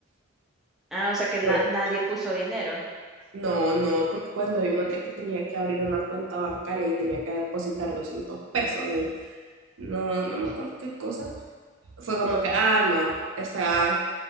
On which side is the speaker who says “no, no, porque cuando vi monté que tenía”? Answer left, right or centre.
Right